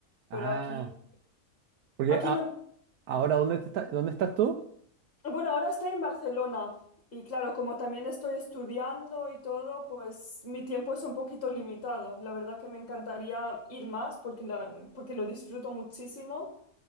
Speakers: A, on the right; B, on the left.
A: Ah,
B: Pero aquí,
A: porque
B: aquí
A: a-
B: no.
A: ahora ¿dónde te está- dónde estás tú?
B: Bueno, ahora estoy en Barcelona y claro, como también estoy estudiando y todo, pues mi tiempo es un poquito limitado. La verdad que me encantaría ir más porque, la- porque lo disfruto muchísimo.